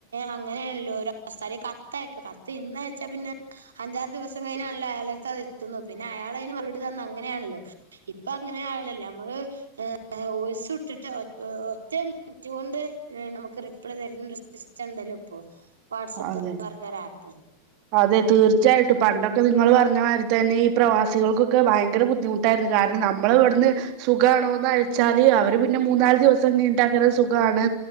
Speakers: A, on the right; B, on the right.
A: അങ്ങനെയേണല്ലോ അവസ്ഥ. കത്ത് ഇന്ന് വെച്ചാൽ പിന്നെ അഞ്ചാറ് ദിവസംഴിഞ്ഞാണല്ലോ അയാള അടുത്ത്ത് എത്തുന്നു അയാളയ്ന് മുപടി തന്ന അങ്ങനേണല്ലോ. ഇപ്പൊ അങ്ങനെ ആവുലല്ലേ. നമ്മള് ഓയിസിട്ടിട്ട് ഒറ്റ മിനിട്ട് ഇണ്ട് നമുക്ക് റിപ്ലെ തരുന്നൊരു സിസ്റ്റം ഇണ്ടല്ലോ ഇപ്പൊ? വാട്സആപ്പ്
B: അതെ
A: പറഞ്ഞൊരു ആപ്പ്.
B: അതെ തീർച്ചയായിട്ടും പണ്ടൊക്കെ നിങ്ങൾ പറഞ്ഞ മായ്രീതന്നെ ഈ പ്രവാസികൾക്കൊക്കെ ഭയങ്കെര ബുദ്ധിമുട്ടായിര്ന്നു കാരണം നമ്മൾ ഇവിടുന്ന് സുഖമാണോന്ന് അയച്ചാൽ അവര് പിന്നെ മൂന്നാല് ദിവസം നീണ്ടാക്കരു സുഖമാണ്.